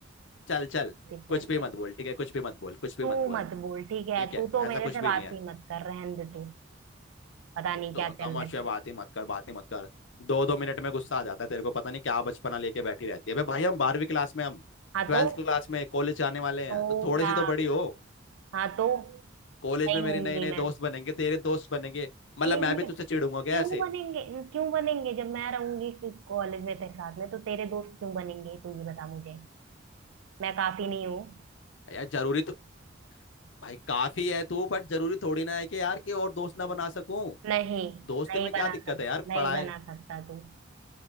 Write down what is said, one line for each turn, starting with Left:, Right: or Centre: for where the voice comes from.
Left: चल चल
Right: देख
Left: कुछ
Right: कर
Left: भी मत
Right: ले
Left: बोल ठीक है कुछ भी मत बोल कुछ भी
Right: तू
Left: मत बोल
Right: मत बोल ठीक है
Left: ठीक
Right: तू
Left: है
Right: तो मेरे
Left: ऐसा कुछ
Right: से
Left: भी
Right: बात
Left: नहीं है
Right: ही मत कर रहने दे तू पता नहीं
Left: तो
Right: क्या चल
Left: तमाशा
Right: रहा है
Left: बातें मत कर बातें मत कर दो दो मिनट में गुस्सा आ जाता है तेरे को पता नहीं क्या बचपना लेके बैठी रहती है अबे भाई हम बारहवीं क्लास में हम
Right: हाँ
Left: ट्वेल्थ
Right: तो
Left: क्लास में कॉलेज जाने वाले
Right: तो
Left: हैं तो थोड़े
Right: क्या
Left: से तो बड़ी हो
Right: हाँ तो
Left: कॉलेज
Right: नहीं
Left: में मेरे
Right: होंगी
Left: नए नए
Right: मैं
Left: दोस्त बनेंगे तेरे दोस्त बनेंगे मतलब
Right: एक
Left: मैं
Right: मिनट
Left: भी तुझसे चिढ़ूंगा क्या
Right: क्यों
Left: ऐसे
Right: बनेंगे क्यों बनेंगे जब मैं रहूंगी कॉलेज में तेरे साथ में तो तेरे दोस्त क्यों बनेंगे तू ये बता मुझे मैं काफी नहीं हूँ
Left: यार जरूरी तो भाई काफी है तू बट जरूरी थोड़ी ना है कि यार कि और दोस्त ना बना सकूं
Right: नहीं
Left: दोस्ती
Right: नहीं
Left: में क्या
Right: बना
Left: दिक्कत
Right: सक
Left: है यार
Right: नहीं
Left: पढ़ाई
Right: बना सकता तू